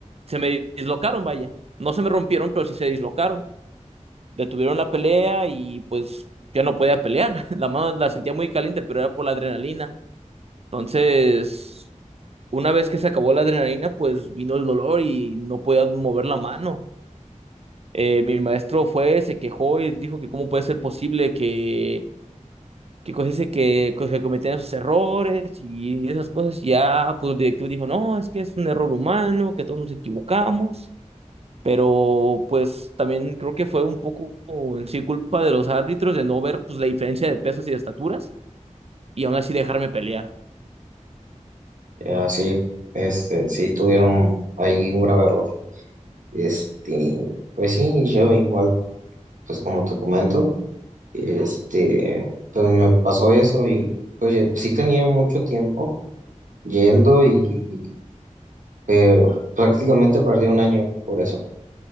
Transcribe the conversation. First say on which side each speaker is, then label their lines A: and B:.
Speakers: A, on the right; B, on the right.
A: se me dislocaron, vaya. No se me rompieron, pero sí se dislocaron. Detuvieron la pelea y pues ya no podía pelear. <laughs> La mano la sentía muy caliente, pero era por la adrenalina. Entonces, una vez que se acabó la adrenalina, pues vino el dolor y no podía mover la mano. Eh, mi maestro fue, se quejó y dijo que cómo puede ser posible que, que cosas se- que, que cometían esos errores y esas cosas. Ya, pues el directivo dijo, no, es que es un error humano, que todos nos equivocamos. Pero pues también creo que fue un poco en sí culpa de los árbitros de no ver pues la diferencia de pesos y de estaturas y aún así dejarme pelear.
B: Eh, Así, este, sí tuvieron ahí un grave error. Este, pues sí, yo igual, pues como te comento, este, pues me pasó eso y pues ya- sí tenía mucho tiempo yendo y pero prácticamente perdí un año por eso.